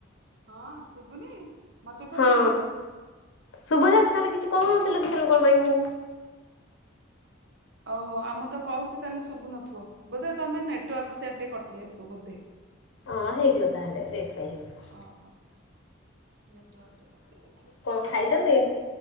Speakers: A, on the right; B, on the left.
A: ହଁ ଶୁଭୁନି? ମତେ ତ
B: ହଁ
A: ଶୁଭୁଛି।
B: ଶୁଭା ଯାଉଛି ତାହେଲେ କିଛି କହୁ ନଥିଲ ସେତେବେଳେ କଣ ପାଇଁ ମୁଁ
A: ଓହୋ ଆ ମୁଁ ତ କହୁଚି ତାହେଲେ ଶୁଭୁ ନ, ବୋଧେ ତମେ ନେଟୱର୍କ ସିଆଡେ ଟିକେ କଟି ଯାଇଥିବ ବୋଧେ।
B: ହଁ ହେଇଥିବ ତାହେଲେ ସେଇଥିପାଇଁ ହେଇଥିବ।
A: ଅହୋ ନେଟୱର୍କ ଟିକେ କଟି ଯାଇଥିବ।
B: କଁ ଖାଇଛନ୍ତି?